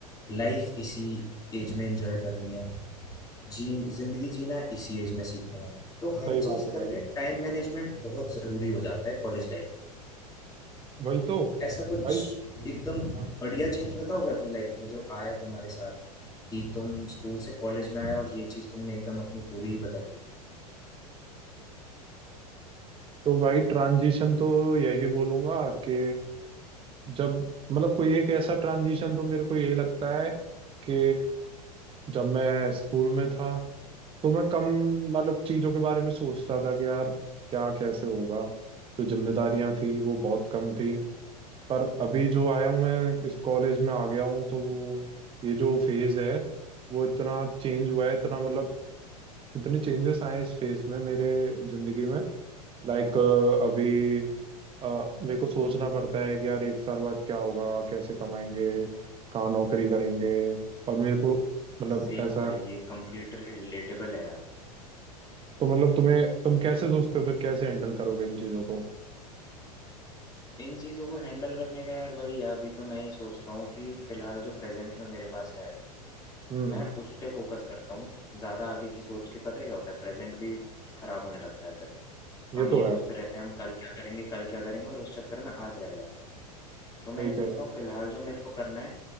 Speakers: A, on the left; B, on the right.
A: लाइफ इसी एज में एंजॉय करनी है जी जिंदगी जीना इसी एज में सीखना है तो हर
B: सही
A: चीज
B: बात है
A: करके
B: भाई
A: टाइम मैनेजमेंट बहुत जरूरी हो जाता है कॉलेज लाइफ में
B: वही तो
A: ऐसा कुछ
B: भाई
A: एकदम
B: हाँ,
A: बढ़िया चेंज बताओगे अपनी लाइफ में जो आया तुम्हारे साथ कि तुम स्कूल से कॉलेज में आए और ये चीज तुमने एकदम अपनी पूरी ही बदल दी
B: तो भाई ट्रांजिशन तो यही बोलूंगा कि जब मतलब कोई एक ऐसा ट्रांजिशन तो मेरे को यही लगता है कि जब मैं स्कूल में था तो मैं कम मतलब चीजों के बारे में सोचता था कि यार क्या कैसे होगा जो जिम्मेदारियां थी वो बहुत कम थी पर अभी जो आया हूँ मैं इस कॉलेज में आ गया हूँ तो वो ये जो फेज है वो इतना चेंज हुआ है इतना मतलब इतने चेंजेस आए हैं इस फेज में मेरे जिंदगी में लाइक अभी अ, मेरे को सोचना पड़ता है कि यार एक साल बाद क्या होगा कैसे कमाएंगे कहाँ नौकरी करेंगे और मेरे को मतलब
A: सेम
B: ऐसा
A: भाई ये कम्प्लीटली रिलेटेबल है यार
B: तो मतलब तुम्हें तुम कैसे सोचते हो फिर कैसे हैंडल करोगे इन चीजों को
A: इन चीज़ों को हैंडल करने का यार वही है अभी तो मैं ये सोचता हूँ कि फिलहाल जो प्रेजेंट में मेरे पास है
B: हम्म
A: मैं उस पे फोकस करता हूँ ज़्यादा आगे की सोच के पता है क्या होता है प्रेजेंट भी खराब होने लगता है फिर
B: ये
A: हम
B: तो
A: ये
B: है
A: सोचते रहते हैं हम कल क्या करेंगे कल क्या करेंगे और उस चक्कर में आज रह जाता है तो मैं
B: सही
A: ये सोचता
B: कह रहे हो
A: हूँ फिलहाल जो मेरे को करना है